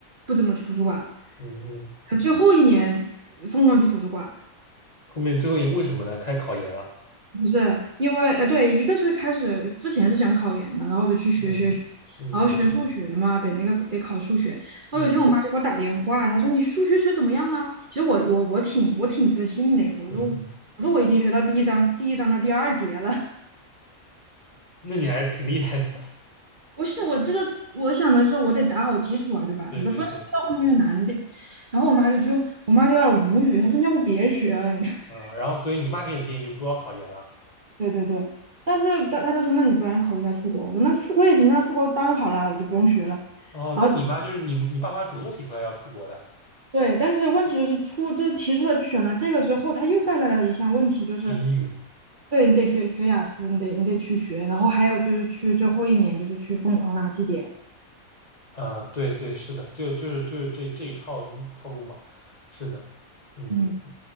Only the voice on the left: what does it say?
嗯嗯。
后面最后因为什么呢？开始考研了。
嗯嗯嗯
嗯
嗯嗯。
那你还是挺厉害的。
<laughs>
对对对。
啊，然后所以你妈给你的建议就不要考研了。
哦，
那你妈就是你你爸妈主动提出来要出国的，
学英语。
啊、对对，是的，就就是就是这这一套路套路嘛。是的。嗯。